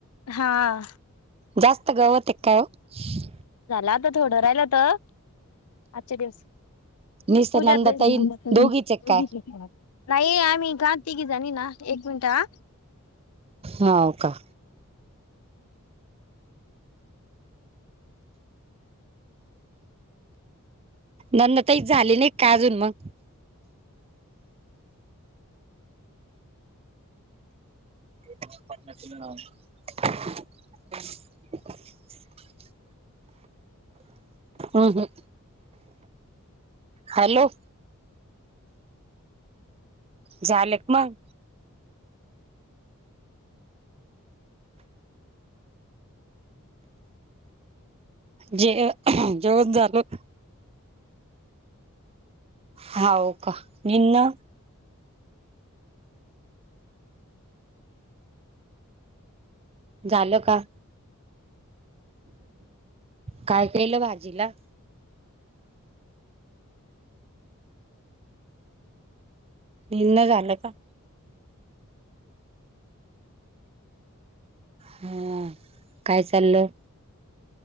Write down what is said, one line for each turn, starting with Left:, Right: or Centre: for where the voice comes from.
Left: हां
Right: जास्त गवतं ये का काय ओ
Left: झालं आता थोडं राहिलं होत. आजच्या दिवस
Right: निसत
Left: पूजा
Right: नंदाताईन
Left: ताईचा नंबर <unintelligible>
Right: दोघीच
Left: एवढीच
Right: आहे काय
Left: ये घरात <unintelligible> नाही आम्ही घात तिघी जणी ना एक मिनट हा
Right: हाव का नंदा ताईच झाले नय का अजून म <unintelligible> अहं हॅलो झाले क मंग जे अ जेवण झालं. हाव का निन्न झालं का काय केलं भाजीला निन झालं का? हा काय चाललं